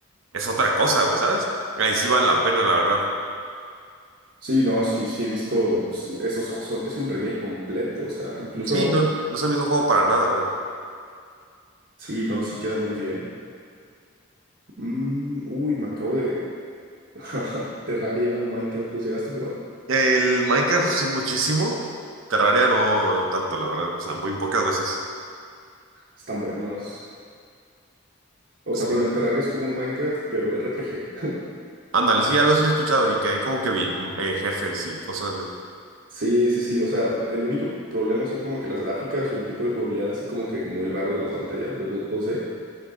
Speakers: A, on the right; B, on the right.
A: es otra cosa, güey, ¿sabes? Ahí sí vale la pena, la verdad.
B: Sí, no, sí, sí he visto, pues eso, o sea, son- es un remake completo, o sea, incluso,
A: Sí, no, no es el mismo juego para nada, güey.
B: sí, no, sí queda muy bien. Mm, uy, me acabo de... <laughs> Terraria o Minecraft, ¿los llegaste a jugar?
A: El Minecraft sí muchísimo, Terraria no, no tanto, la verdad, o sea, muy pocas veces.
B: Están buenos. O
A: Sí.
B: sea, bueno, el Terraria es como un Minecraft, pero R P G. <laughs>
A: Ándale, sí, algo sí he escuchado y que hay como que vi mm, eh, jefes y cosas así.
B: Sí, sí, sí, o sea, el único problema son como que las gráficas o el tipo de jugabilidad así como que muy raro de la pantalla, de do- 2D,